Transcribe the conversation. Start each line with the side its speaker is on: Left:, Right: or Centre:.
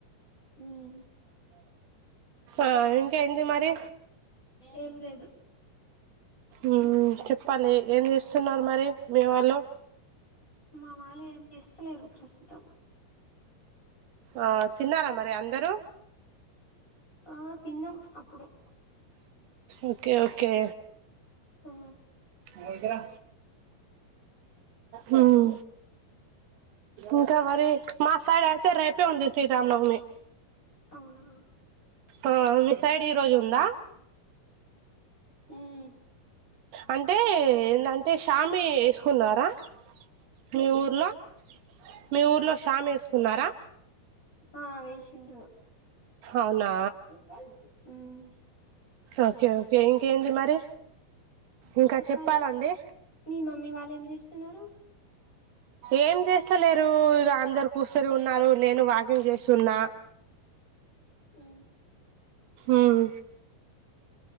Left: మ్మ్
Right: ఆఁ ఇంకేంది మరి?
Left: ఏం లేదు.
Right: మ్మ్ చెప్పాలి ఏం చేస్తున్నరు మరి మీ వాళ్ళు?
Left: మా వాళ్ళు ఏం చేస్తలేరు ప్రస్తుతం.
Right: ఆ తిన్నారా మరి అందరూ
Left: ఆ తిన్నం అప్పుడే
Right: ఓకే ఓకే
Left: మ్
Right: వతరా మ్మ్ ఇంకా మరి మాసైడై తే రేపే ఉంది శ్రీరామ్ నవమి
Left: అవునా
Right: ఆఁ మీ సైడ్ ఈ రోజు ఉందా!
Left: ఉమ్,
Right: అంటే ఏందం టే ష్యామి ఏసుకున్నారా మీ ఊర్లో? మీ ఊర్లో షామి వేసుకున్నారా
Left: ఆఁ వేసిండ్రు.
Right: అవునా
Left: మ్
Right: ఓకే ఓకే ఇంకేంది మరి ఇంకా
Left: చెప్పాలి
Right: చెప్పాలండి
Left: మీ మమ్మీ వాళ్ళు ఏం చేస్తున్నరు?
Right: ఏం చేస్తలేరు ఇగ అందరు కూసొని ఉన్నారు, నేను వాకింగ్ చేస్తున్నా.
Left: మ్
Right: ఉమ్